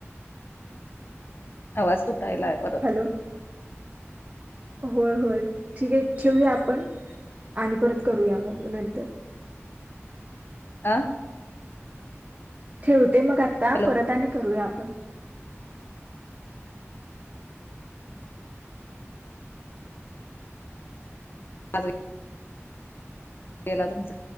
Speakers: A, on the left; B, on the right.
A: आवाज तुटायला परत
B: हॅलो होय होय ठीक आहे ठेवया आपण आणि परत करूया मग नंतर
A: आह
B: ठेवते मग आता
A: हॅलो
B: परत आणि करूया आपण
A: अज गेला तुमचा